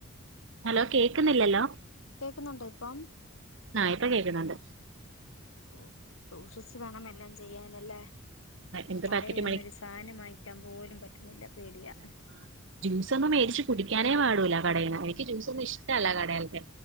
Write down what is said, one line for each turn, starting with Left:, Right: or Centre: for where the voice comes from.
Right: ഹലോ കേക്കുന്നില്ലല്ലോ.
Left: കേക്കുന്നുണ്ടോ ഇപ്പം?
Right: ആ ഇപ്പ കേക്കുന്നുണ്ട്
Left: ഓ സൂക്ഷിച്ച് വേണം എല്ലാം ചെയ്യാനല്ലേ.
Right: എന്ത്
Left: കടയിരുന്ന
Right: പാക്കറ്റ്
Left: ഒരു സാധനം വാങ്ങിക്കാൻ പോലും പറ്റുന്നില്ല. പേടിയാ
Right: <unintelligible> ഒന്നും മേടിച്ചി കുടിക്കാനേ പാടൂല കടേന്ന് എനിക്ക് ഡ്രിംങ്സ് ഒന്നും ഇഷ്ടല്ല കടേൽത്തെ